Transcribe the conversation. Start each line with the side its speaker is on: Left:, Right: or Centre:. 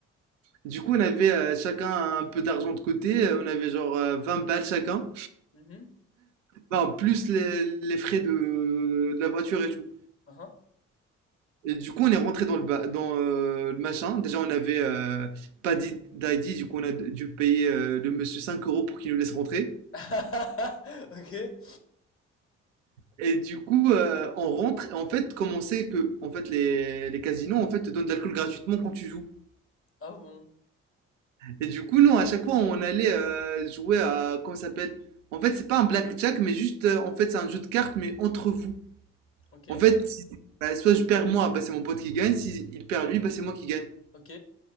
Right: Du coup, on avait euh, chacun un peu d'argent de côté. Euh, On avait genre euh, 20 balles chacun.
Left: Mhm.
Right: Enfin, plus les, les frais de, de la voiture et tout.
Left: Aha.
Right: Et du coup, on est rentré dans le, ba- dans, euh, le machin. Déjà, on avait euh, pas d'i- d'ID. Du coup, on a dû payer euh, le monsieur 5 euros pour qu'il nous laisse rentrer.
Left: <laughs> Ok.
Right: Et du coup, euh, on rentre. Et en fait, comme on sait que en fait, les, les casinos en fait, te donnent de l'alcool gratuitement quand tu joues.
Left: Ah bon.
Right: Et du coup, non, à chaque fois, on allait euh, jouer à. Comment ça s'appelle En fait, c'est pas un blackjack, mais juste. euh, en fait, c'est un jeu de cartes, mais entre vous.
Left: Ok.
Right: En fait, si- bah, soit je perds moi, bah, c'est mon pote qui gagne. Si il perd lui, bah, c'est moi qui gagne.
Left: Ok.